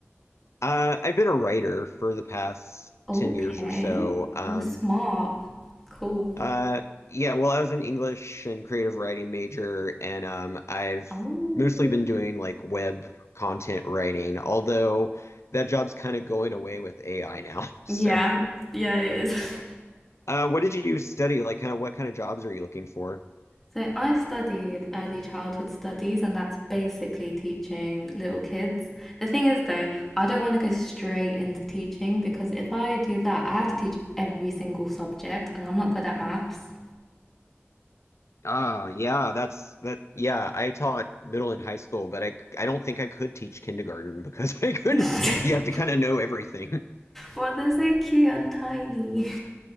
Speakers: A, on the left (about 85°); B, in the centre.
A: Uh, I've been a writer for the past
B: Okay.
A: 10 years or so. Um,
B: Well, smart. Cool.
A: Uh, yeah, well, I was an English and creative writing major, and um, I've
B: Oh.
A: mostly been doing like web content writing, although that job's kind of going away with AI now. <laughs> So,
B: Yeah. Yeah, it is. <laughs>
A: uh, what did you study? Like, kind of what kind of jobs are you looking for?
B: So I studied early childhood studies, and that's basically teaching little kids. The thing is, though, I don't want to go straight into teaching because if I do that, I have to teach every single subject, and I'm not good at maths.
A: Ah, yeah, that's that. Yeah, I taught middle and high school, but I I don't think I could teach kindergarten because <laughs> I couldn't.
B: <laughs>
A: You have to kind of know everything. <laughs>
B: But they're so cute and tiny.